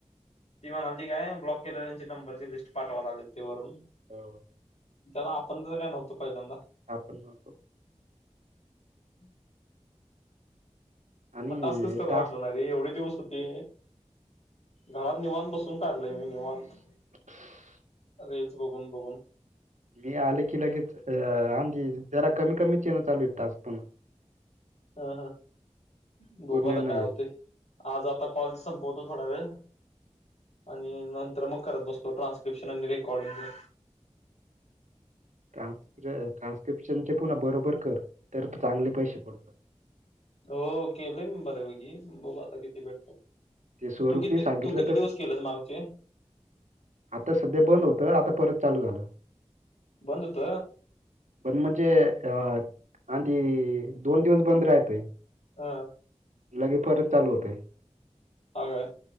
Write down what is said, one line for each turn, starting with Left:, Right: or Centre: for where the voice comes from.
Left: ती म्हणाली ते काय ब्लॉक केलेल्याचे नंबरची लिस्ट पाठवा लागले ते वरून
Right: हो
Left: त्याला आपण तर काय नव्हतो पहिल्यांदा.
Right: आपण नव्हतो.
Left: <inaudible>
Right: आणि
Left: मग टास्कच करू
Right: टास्क
Left: वाटल नाई. अरे एवढे दिवस होते, घरात निवांत बसून काढलय मी निवांत.
Right: <inaudible>
Left: रील्स बघून बघून.
Right: मी आले की लगेच आणधी जरा कमी कमीच येन चालू आहे टास्क पुन्हा.
Left: हा हा बघू
Right: पूर्ण
Left: आता
Right: नाही
Left: काय होते.
Right: आहेत.
Left: आज आता कॉल संपवतो थोडा वेळ आणि नंतर मग करत बसतो ट्रानस्क्रिप्शन आणि रेकॉर्डिंगच.
Right: ट्रान्स ट्रान्स्क्रिप्शन चे पुन्हा बरोबर कर, तर चांगले पैशे पडतात.
Left: हो केले मी बऱ्यापैकी, बघू आता किती भेटत्यात?
Right: ते स्वरूपनी
Left: तू किती
Right: सांगितलं
Left: तू किती
Right: तसं.
Left: दिवस केलेस मागचे?
Right: आता सध्या बंद होतं, आता परत चालू झालं.
Left: बंद होत?
Right: बंद म्हणजे आ आधी दोन दिवस बंद राहतेय.
Left: हा
Right: लगे परत चालू होतय.
Left: हा का